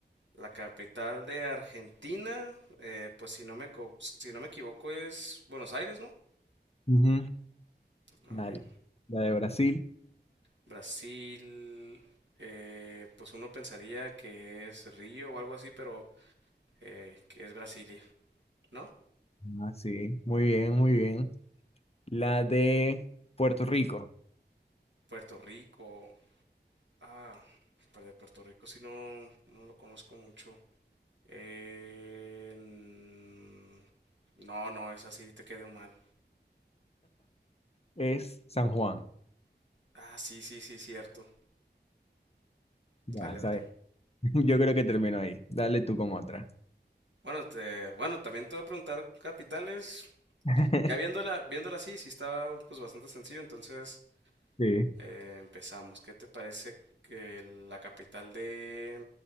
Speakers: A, on the right; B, on the left.
A: La capital de Argentina, eh, pues si no me, co- si no me equivoco es Buenos Aires, ¿no?
B: Ujú.
A: Ah,
B: Dale.
A: Ok.
B: La de Brasil.
A: Brasil, eh, pues uno pensaría que es Río o algo así, pero eh, que es Brasilia, ¿no?
B: Ah, sí. Muy bien, muy bien. La de Puerto Rico
A: Puerto Rico, ah, pues de Puerto Rico si no, no lo conozco mucho. Eh, mm, no, no, es así, te quedó mal.
B: es San Juan.
A: Ah, sí, sí, sí, cierto.
B: Ya,
A: Dale,
B: sabes.
A: dale.
B: <laughs> Yo creo que termino ahí. Dale tú con otra.
A: Bueno, te, bueno, también te voy a preguntar capitales.
B: <laughs>
A: Ya viéndola, viéndola así, sí estaba pues bastante sencillo, entonces
B: Sí.
A: eh, empezamos. ¿Qué te parece que la capital de...